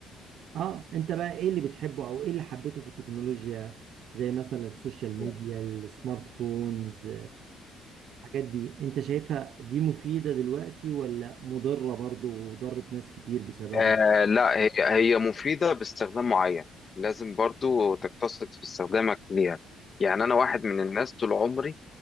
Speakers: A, on the right; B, on the left.
A: اه انت بقى ايه اللي بتحبه او ايه اللي حبيته في التكنولوجيا زي مثلا السوشيال
B: خلاص
A: ميديا السمارت فونز الحاجات دي انت شايفها دي مفيدة دلوقتي ولا مضرة برضو وضرت ناس كتير بسببها
B: آه لا هي هي مفيدة باستخدام معين لازم برضو تقتصد في استخدامك ليها يعني أنا واحد من الناس طول عمري